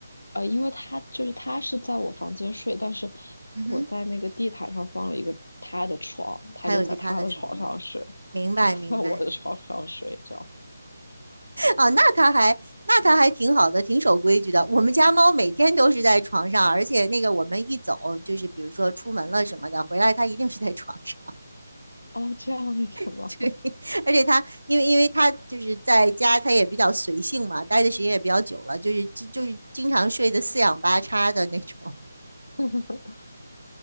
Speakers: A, on the left (about 85°); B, on the right (about 80°).
A: 呃，因为他就是他是在我房间睡，但是
B: 嗯哼。
A: 我在那个地毯上放了一个他的床，他就在他的床上睡，
B: 还有一个它的床吗？明白，
A: 我在我的床上睡，
B: 明白。
A: 这样。
B: 哦，那他还那他还挺好的，挺守规矩的。我们家猫每天都是在床上，而且那个我们一走，就是比如说出门了什么的，回来它一定是在床上。
A: 哦，这样子吗？
B: <laughs> 对，而且它因为因为它就是在家，它也比较随性嘛，待的时间也比较久了，就是就是经常睡的四仰八叉的那种。
A: <laughs>